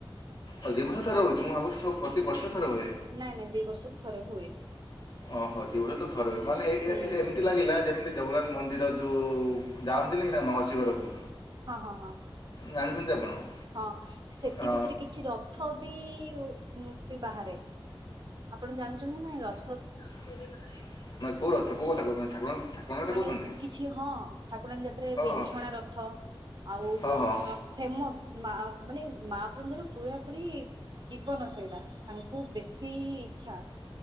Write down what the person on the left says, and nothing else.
ଓ ଦି ବର୍ଷରେ ଥରେ ହୋଉଚି ମୁଁ ଭାବୁଚି ସବୁ ପ୍ରତି ବର୍ଷରେ ଥରେ ହୁଏ।
ଓହୋ ଦିଉରତ ଥର ହୁଏ ମାନେ ଏଇ ଏରା
ଏଟା ଏମିତି ଲାଗିଲା ଯେମିତି ଜଗନ୍ନାଥ ମନ୍ଦିର ଯୋଉ ଯାଆନ୍ତିନି ନା ମାଉସୀ ଘରକୁ
ଜାଣିଛନ୍ତି ଆପଣ। ହଁ
ଅ,
ମାନେ କୋଉ ରଥ କୋଉ କଥା କୋହୁଚନ୍ତି ଠାକୁରଙ୍କ କଥା।
କହୁଛନ୍ତି?
ଓହୋ।
ହଁ ହଁ।